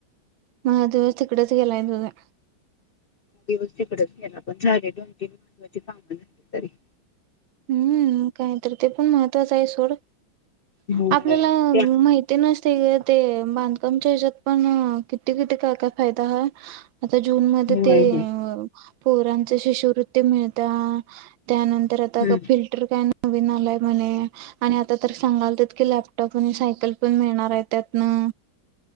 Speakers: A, on the right; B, on the left.
A: म दिवस तकडेच गलाय त.
B: दिवस् तकडेचला पण झाले दोन तीन महत्त्वाची कामं झाली तरी
A: हम्म काय तर ते पण महत्त्वाचं आहे सोड
B: होय
A: आपल्याला
B: त्या
A: माहिती नस ते बांधकामच्या हच्यात पण किती किती काय काय फायदा ह आता जून मध्ये
B: होय
A: ते
B: होय.
A: अ पोरांचे शिष्यवृत्ती मिळ त्या त्यानंत <unintelligible>
B: हम्म.
A: फिल्टर काय ना नवीन आलय म्हणे आणि आता तर सांगाल तितके लॅपटॉप आणि सायकल पण मिळणार आहे त्यातन.